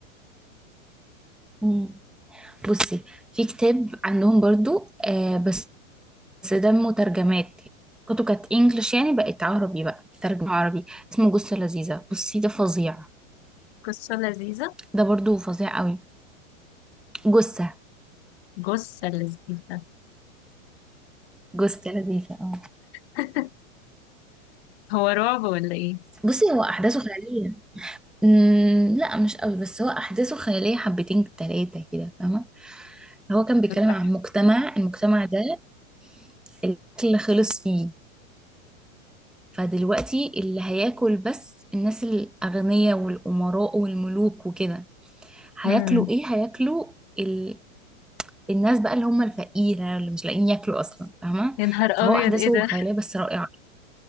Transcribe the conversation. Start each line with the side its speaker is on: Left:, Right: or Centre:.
Centre: مم. بصي في كتاب عندهم برضو آه بس بس ده مترجمات كتب كانت انجلش يعني بقت عربي بقى ترجمة عربي اسمه جثة لذيذة بصي ده فظيع
Left: قصه لذيذه
Centre: ده برضو فظيع قوي جثة
Left: جثه لذيذه
Centre: جثة لذيذة اه
Left: <laughs> هو رعب ولا ايه
Centre: بصي هو احداثه خيالية امم لا مش قوي بس هو احداثه خيالية حبتين تلاتة كده فاهمة هو كان بيتكلم
Left: انا بحب
Centre: عن مجتمع المجتمع ده الاكل خلص فيه فدلوقتي اللي هياكل بس الناس الاغنياء والامراء والملوك وكده هياكلوا
Left: امم
Centre: ايه هياكلوا ال... الناس بقى اللي هم الفقيرة اللي مش لاقيين ياكلوا اصلا فاهمة
Left: يا نهار ابيض
Centre: فهو احداثه
Left: ايه ده
Centre: خيالية بس رائعة